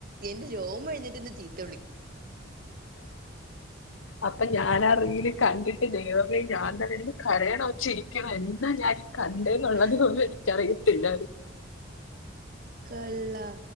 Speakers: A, on the right; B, on the left.
A: എന്റെ രോമം എഴുന്നേറ്റ് നിന്ന് ചിരിച്ച്
B: അപ്പൊ ഞാൻ ആ റീൽ കണ്ടിട്ട് ദൈവമേ ഞാൻ തന്നെ ഇരുന്നു കരയണോ ചിരിക്കണോ എന്താ ഞാൻ ഈ കണ്ടെന്നുള്ളത്
A: ഹ്
B: പോലും എനിക്കറിയത്തില്ല
A: ഹ് കൊള്ളാ